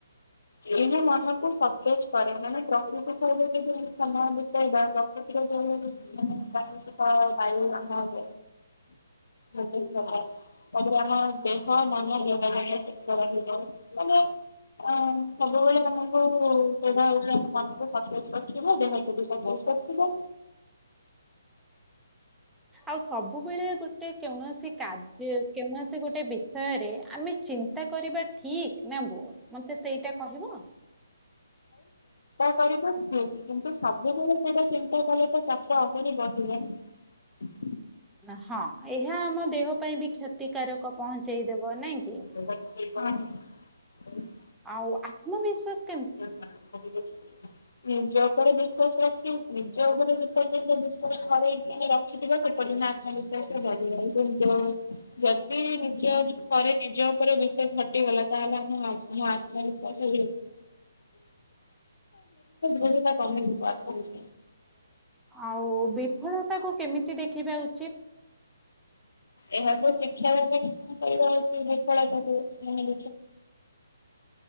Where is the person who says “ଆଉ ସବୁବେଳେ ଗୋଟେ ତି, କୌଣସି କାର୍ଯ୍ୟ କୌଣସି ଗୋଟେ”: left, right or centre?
Centre